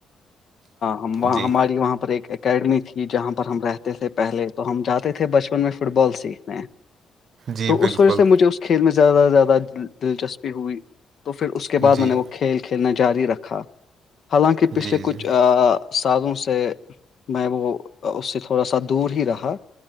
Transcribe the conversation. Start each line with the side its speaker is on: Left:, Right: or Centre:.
Left: ہم
Right: جی
Left: ہماری وہاں پر ایک اکیڈمی تھی جہاں پر ہم رہتے تھے پہلے تو ہم جاتے تھے بچپن میں فٹ بال سیکھنے
Right: جی
Left: تو
Right: بالکل
Left: اس وجہ سے مجھے اس کھیل میں زیادہ سے زیادہ دلچسپی ہوئی تو پھر اس کے بعد میں
Right: جی
Left: نے وہ کھیل کھیلنا جاری رکھا حالانکہ پچھلے
Right: جی
Left: کچھ
Right: جی
Left: سادوں سے میں وہ اس سے تھوڑا سا دور ہی رہا